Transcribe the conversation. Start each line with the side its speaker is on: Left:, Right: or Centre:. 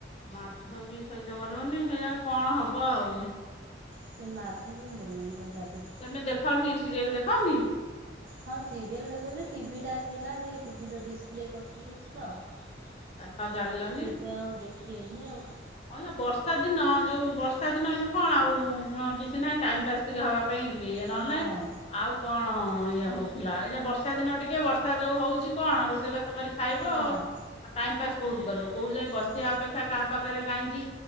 Left: ମାଧବୀ ସେଇ ତ ମରିବନି କେଇଜାଣି କଣ ହବ ଆଉ।
Right: ସେ ମାଧବୀ ମରିବ କି କଣ ତା ଦେହରୁ?
Left: ତମେ ଦେଖନି ସିରିଏଲ୍ ଦେଖନି?
Right: ହଁ ସିରିଏଲ୍ ଦେଖୁଚୁ ଟିଭି ଟା ଥିଲା ଯେ ଟିଭିର ଡିସପ୍ଲେ କଟି ଯାଇଛି ତ। ଅଁ
Left: ସଜାଡିଲନି
Right: ହଁ ସେଇଥି ପାଇଁ ଆଉ ଦେଖି ହେଇନି ଆଉ।
Left: ହଁ ବର୍ଷା ଦିନ ଯୋଉ ବର୍ଷା ଦିନ ଏ ଯୋଉ କଣ ଆଉ ଅ କିଛି ନାହିଁ ଟାଇମ୍ ପାସ୍ ଟିକେ ହବା ପେଇଁ ଇଏ
Right: ହଁ।
Left: ନହେଲେ ନାହିଁ ଆଉ କ କଣ ଇଏ ହଉଥିଲା ଏ ଯୋଉ ବର୍ଷା ଦିନ ଟିକେ ବର୍ଷା ଯୋଉ ହଉଚି କଣ ରୋଷେଇ ବାସ କରି ଖାଇବ
Right: ହଁ।
Left: ଆଉ ଟାଇମ୍ ପାସ୍ କୋଉଠି କରିବ କୋଉଠି ଯାଇ ବସିବା
Right: ହୁଁ।
Left: ଅପେକ୍ଷା କାହା ପାଖ ଭିତରେ ଯାଇକି